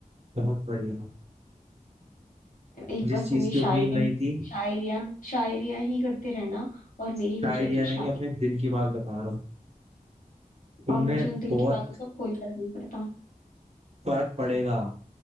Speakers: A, on the right; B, on the left.
A: बहुत बढ़िया
B: एक
A: जिस
B: बस
A: चीज
B: तुम ये
A: की
B: शायरी
A: उम्मीद नहीं थी
B: शायरियां शायरियां ही करते रहना और
A: शायद
B: मेरी हो जाएगी
A: या नहीं
B: शादी
A: अपने दिल की बात बता रहा हूँ तूने
B: और मुझे उन दिल
A: बहुत
B: की बातों से अब कोई फर्क नहीं पड़ता
A: फर्क पड़ेगा